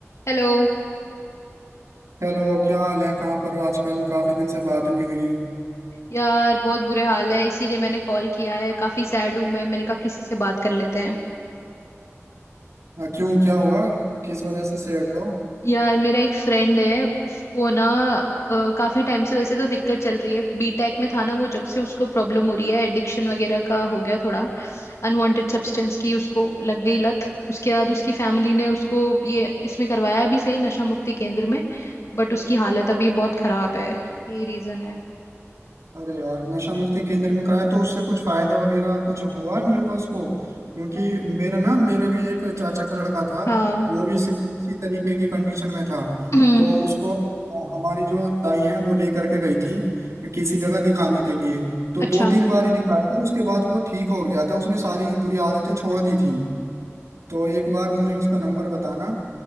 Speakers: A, on the left (about 70°); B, on the right (about 80°).
A: हेलो
B: हेलो क्या हाल है कहाँ पर हो आजकल काफी दिन से बात नहीं हुई
A: यार बहुत बुरे हाल है इसीलिए मैंने कॉल किया है काफी सैड हूं मैं मैंने कहा किसी से बात कर लेते हैं
B: अ, क्यों क्या हुआ किस वजह से सैड हो
A: यार मेरा एक फ्रेंड है उसको ना अ, काफी टाइम से वैसे तो दिक्कत चल रही है बीटेक में था ना वो जब से उसको प्रॉब्लम हो रही है एडिक्शन वगैरह का हो गया थोड़ा अनवांटेड सब्सटेंस की उसको लग गई लत उसके बाद उसकी फैमिली ने उसको ये इसमें करवाया भी सही नशा मुक्ति केंद्र में बट उसकी हालत अभी बहुत खराब है यही रीजन है
B: अरे यार नशा मुक्ति केंद्र में कराया तो उससे कुछ फायदा वगैरह कुछ हुआ नहीं हुआ उसको क्योंकि मेरा ना मेरा भी एक चाचा का लड़का था
A: हाँ
B: वो भी सेम इसी तरीके की कंडीशन में था
A: <clears throat>
B: तो उसको अ, हमारी जो ताई है वो लेकर के गई थी किसी जगह दिखाने के लिए तो
A: अच्छा
B: दो तीन बार ही दिखाया था उसके बाद वो ठीक हो गया था उसने सारी बुरी आदतें छोड़ दी थी तो एक बार मुझे उसका नंबर बताना